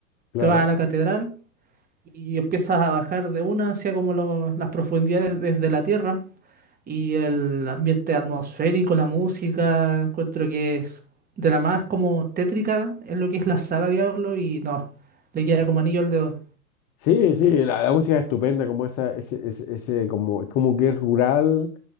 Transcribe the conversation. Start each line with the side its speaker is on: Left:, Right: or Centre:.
Left: claro.
Right: Te vas a la catedral y empiezas a bajar de una hacia como lo- las profundidades desde la tierra. Y el ambiente atmosférico, la música, encuentro que es de la más como tétrica en lo que es la saga Diablo y no, le queda como anillo al dedo,
Left: Sí, sí, la, la música es estupenda, como esa, ese, ese, ese- como, es como que es rural